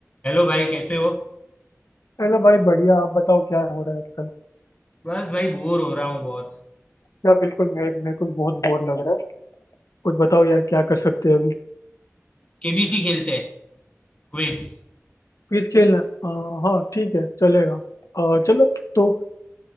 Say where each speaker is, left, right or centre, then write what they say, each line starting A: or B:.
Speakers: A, on the left; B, on the left.
A: Hello भाई कैसे हो
B: हेलो भाई बढ़िया आप बताओ क्या हो रहा है आजकल
A: बस भाई बोर हो रहा हूँ बहुत
B: यार बिल्कुल मैं मेरे को भी बहुत बोर लग रहा है कुछ बताओ यार क्या कर सकते हैं अभी
A: केबीसी खेलते हैं क्विज
B: क्विज खेलना है? हाँ हाँ ठीक है चलेगा आ, चलो तो